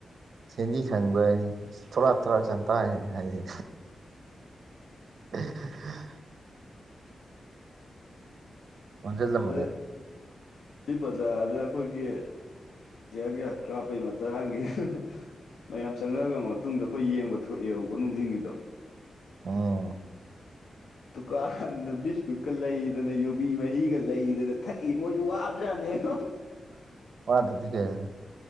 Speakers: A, on the right (about 75°); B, on the left (about 85°).
A: ꯁꯦꯟꯗꯤ ꯈꯪꯕ ꯊꯣꯔꯥ ꯊꯣꯔꯥꯛ ꯆꯟꯇꯥꯥꯏ ꯍꯥꯏꯁꯦ <unintelligible> ꯑꯣꯟꯖꯜꯂꯝꯕꯅꯦ
B: ꯑꯗꯨ ꯁꯤ ꯕ꯭ꯔꯖꯥꯔꯗ ꯑꯩꯈꯣꯏꯒꯤ ꯇꯌ꯭ꯥꯔ ꯒꯌ꯭ꯥꯁ ꯀꯥꯞꯄꯩ ꯃꯇꯥꯡꯒꯤ ꯃꯌꯥꯝ ꯆꯪꯅꯒ꯭ꯔ ꯃꯇꯨꯡꯗ ꯑꯩꯈꯣꯏ ꯌꯦꯡꯕ ꯊꯣꯛꯑꯦꯕꯀꯣ ꯅꯨꯡꯊꯤꯡꯒꯤꯗꯣ
A: ꯑꯣ
B: ꯗꯨꯀꯥꯟꯗ ꯕꯤꯁꯀꯨꯠꯀ ꯂꯩꯗꯅ ꯌꯨꯕꯤ ꯃꯍꯤꯒ ꯂꯩꯗꯅ ꯊꯛꯏ ꯃꯣꯏꯖꯨ ꯋꯥꯕ ꯖꯥꯠꯅꯦꯕ
A: <inaudible> ꯋꯥꯗꯗꯤ ꯀꯩꯅꯣ